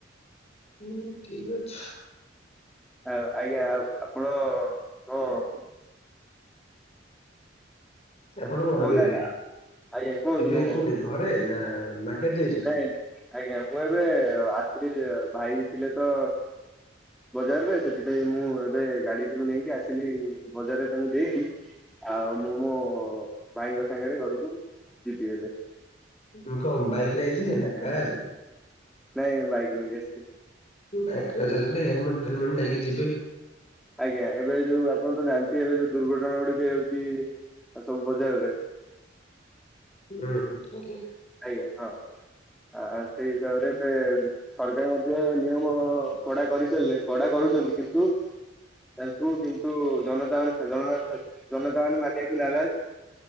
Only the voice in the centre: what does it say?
ଆଁ ଆଜ୍ଞା ଆଉ
ହଁ
କହୁନା
ଆଜ୍ଞା କୁହନ୍ତୁ
କଣ କହୁଛନ୍ତି?
ନାଇଁ ଆଜ୍ଞା ମୁଁ ଏବେ ଆସଥିଲି ଭାଇ ଥିଲେ ତ ବଜାରରେ ସେଥିପାଇଁ ମୁଁ ଏବେ ଗାଡିଟିକୁ ନେଇକି ଆସିଲି ବଜାରରେ ତାଙ୍କୁ ଦେଇ ଆଉ ମୁଁ ମୋ ଭାଇଙ୍କ ସାଙ୍ଗରେ ଘରକୁ ଯିବି ଏବେ।
ନାଇଁ ବାଇକ ନେଇକି ଆସିଥିଲି।
ଆଜ୍ଞା ଏବେ ଯୋଉ ଆପଣ ତ ଜାଣିଥିବେ ଏବେ ଯୋଉ ଦୁର୍ଘଟଣା ଗୁଡିକ ହେଉଛି ସବୁ ବଜାରରେ
ଆଜ୍ଞା ହଁ ଆ ସେଇ ହିସାବରେ ଏବେ ସରକାର ମଧ୍ୟ ନିୟମ କଡା କରିସାରିଲେ କଡା କରୁଛନ୍ତି କିନ୍ତୁ ତାଙ୍କୁ କିନ୍ତୁ ଜନତା ମାନେ ଜ ଜନତା ମାନେ ମାନିବାକୁ ନାରାଜ୍।